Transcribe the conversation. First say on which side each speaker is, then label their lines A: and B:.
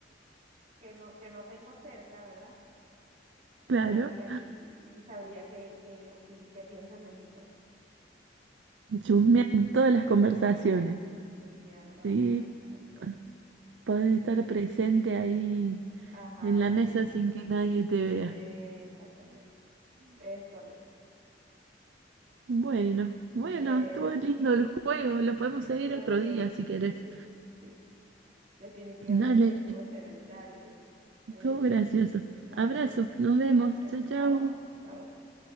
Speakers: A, on the right; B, on the right.
A: que no, que no tengo cerca, ¿verdad? y
B: Claro,
A: sabría que, y, y- y sabría que, que, opin- que piensan de mí, pues.
B: chusmean todas las conversaciones.
A: Ajá, y chusmear todas
B: Sí,
A: las conversaciones.
B: p- podés estar presente ahí
A: Ajá,
B: en la
A: y,
B: mesa
A: y-
B: sin
A: y-
B: que nadie te vea.
A: eh, exactamente. Es correcto.
B: Bueno, bueno,
A: Bueno,
B: estuvo lindo el juego. Lo podemos
A: sí, estuvo
B: seguir otro
A: bien.
B: día si querés.
A: Sí, sí, sí. Definitivamente
B: Dale,
A: que estuvo chévere. Dale. Buenísimo.
B: estuvo gracioso.
A: Dale,
B: Abrazos,
A: pues.
B: nos vemos.
A: Dale, pues.
B: Chao, chao.
A: Chao. Chao.